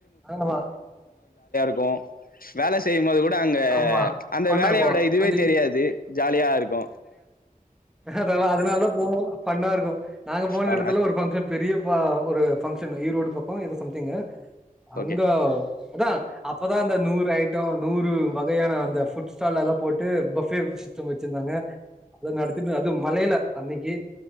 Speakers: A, in the centre; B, on the left.
A: ஆமா
B: லா வேல செய்யும்போது கூட அங்க
A: ஆமா
B: அங்க
A: பண்ணிருக்கோம்.
B: வேலையோட இதுவே
A: அது
B: தெரியாது ஜாலியாருக்கு
A: அதெல்லா அதனால தா போவோ ஃபன்னாருக்கு நாங்க போன
B: வரலா
A: எடத்துல ஒரு பங்க்ஷன் பெரிய ப ஒரு பங்க்ஷனு ஈரோடு பக்கோ எதோ சம்திங்கு அங்க
B: ஓகே
A: அதா அப்பதா அந்த நூறு ஐ நூறு வகையான அந்த ஃபுட் ஸ்டால் அதல்லா போட்டு பஃபே சிஸ்டம் வெச்சிருந்தாங்க அத நடத்தட்டு அது மழையில அன்னிக்கு